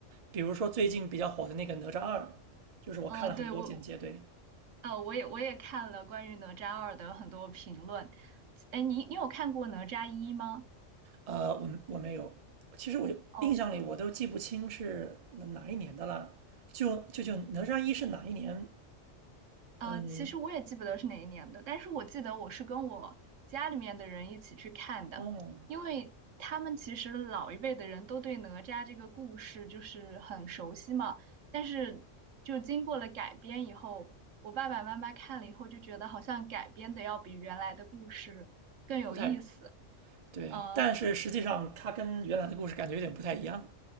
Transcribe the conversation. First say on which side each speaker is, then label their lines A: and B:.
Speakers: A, on the right; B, on the right.
A: 比如说最近比较火的那个《哪吒二》，就是我看了很多剪切。
B: 嗯、对，我，
A: 对，
B: 呃，我也我也看了关于《哪吒二》的很多评论。哎，你你有看过《哪吒一》吗？
A: 呃，我我没有，其实我印象里我都记不清是哪哪一年的了。
B: 哦。
A: 就就就哪吒一是哪一年？
B: 呃，
A: 嗯，
B: 其实我也记不得是哪一年的，但是我记得我是跟我家里面的人一起去看的，
A: 哦，
B: 因为他们其实老一辈的人都对哪吒这个故事就是很熟悉嘛，但是就经过了改编以后，我爸爸妈妈看了以后就觉得好像改编的要比原来的故事更有意思，
A: 不太对，
B: 呃，
A: 但是实际上它跟原来的故事感觉有点不太一样。